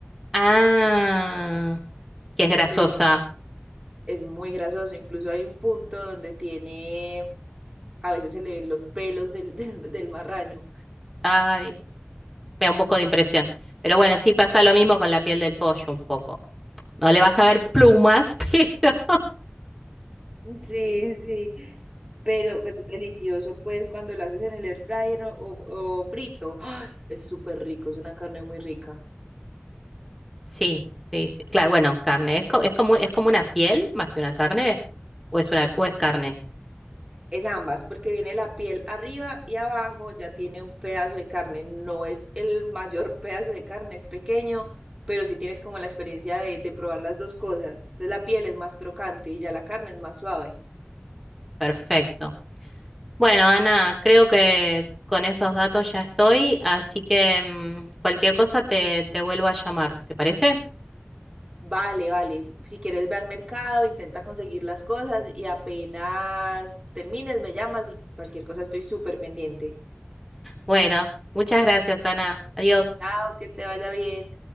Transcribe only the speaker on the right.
Los
cer- es muy grasoso. Incluso hay un punto donde tiene, a veces se le ven los pelos del, <laughs> del, del marrano.
Sí, sí, pero, pero es delicioso, pues, cuando lo haces en el air fryer o, o- o frito. ¡Ah! Es súper rico, es una carne muy rica.
Es ambas, porque viene la piel arriba y abajo, ya tiene un pedazo de carne, no es el mayor pedazo de carne, es pequeño, pero sí tienes como la experiencia de, de probar las dos cosas. Entonces la piel es más crocante y ya la carne es más suave.
Vale, vale, si quieres ve al mercado, intenta conseguir las cosas y apenas termines me llamas y cualquier cosa estoy súper pendiente.
Chao, que te vaya bien.